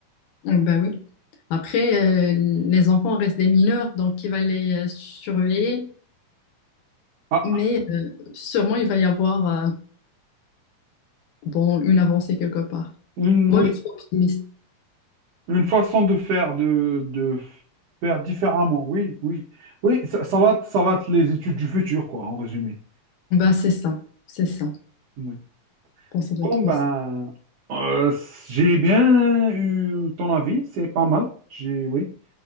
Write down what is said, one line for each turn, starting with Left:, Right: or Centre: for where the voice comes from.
Left: ça. Donc, bah oui. Après, euh, les enfants restent des mineurs, donc il va les euh, surveiller,
Right: Ah,
Left: mais euh, sûrement il va y avoir euh, bon, une avancée quelque part.
Right: une,
Left: Moi,
Right: oui,
Left: je suis optimiste.
Right: une façon de faire, de, de faire différemment. Oui, oui. Oui, ça, ça va, être- ça va être les études du futur, quoi, en résumé.
Left: Bah, c'est ça, c'est ça. Je
Right: Oui.
Left: pense que ça doit
Right: Bon,
Left: être
Right: ben,
Left: ça.
Right: euh, j'ai bien eu ton avis, c'est pas mal. J'ai, oui.